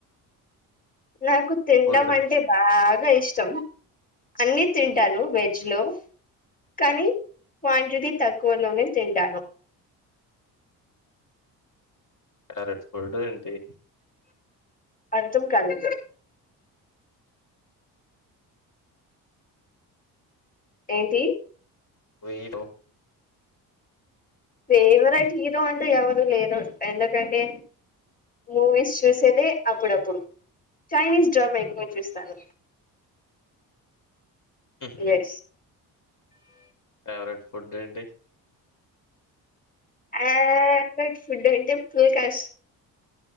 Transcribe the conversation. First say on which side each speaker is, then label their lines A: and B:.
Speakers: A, on the left; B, on the left.
A: నాకు తిడం
B: ఫుడ్
A: అంటే బా గ ఇష్టం అన్ని తింటాను వెజ్ లో కానీ క్వాంటిటీ తక్కువలోనే తింటాను
B: క్యరెట్ ఫుడ్ ఏంటి
A: అర్థం కాలేదు ఏంటి
B: వీరో
A: ఫేవరెట్ హీరో అంటూ ఎవరు లేరు ఎందుకంటే మూవీస్ చూసేదే అప్పుడప్పుడు చైనీస్ డ్రామా ఎక్కువ చూస్తాను
B: ఉహు
A: ఎస్
B: ఫేవరేట్ ఫుడ్ ఏంటి
A: ఫెవరెట్ ఫుడ్ అంటే ఫుల్కాష్